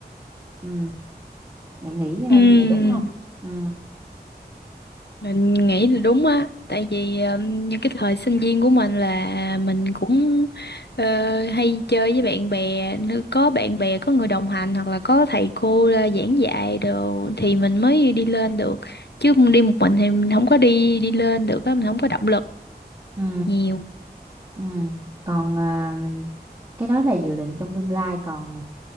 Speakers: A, on the right (about 35°); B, on the left (about 80°).
A: ừ bạn nghĩ ờ,
B: Ừm,
A: như vậy đúng không ừ
B: mình nghĩ là đúng á tại vì ừm, những cái thời sinh viên của mình là mình cũng ờ, hay chơi với bạn bè nếu có bạn bè có người đồng hành hoặc là có thầy cô ra giảng dạy đồ thì mình mới đi lên được chứ đi một mình thì mình không có đi đi lên được á mình không có động lực
A: ừ
B: nhiều
A: ừ còn ờ, cái đó là dự định trong tương lai còn